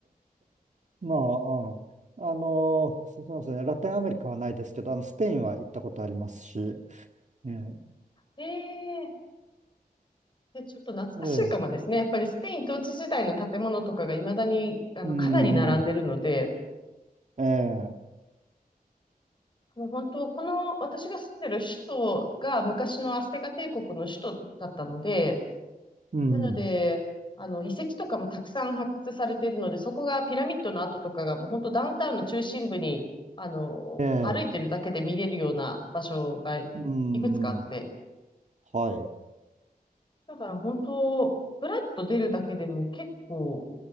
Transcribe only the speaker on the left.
あええで、ちょっと懐かしいかもですね。
やっぱりスペイン統治時代の建物とかが未だに、あの、
かなり並んでるので、
もう本当、この私が住んでる首都が昔のアステカ帝国の首都だったので、
なので、あの遺跡とかもたくさん発掘されているので、そこがピラミッドの跡とかがもう本当ダウンタウンの中心部に、あの、
歩いてるだけで見れるような場所がいくつかあって、
だから本当、ふらっと出るだけでも結構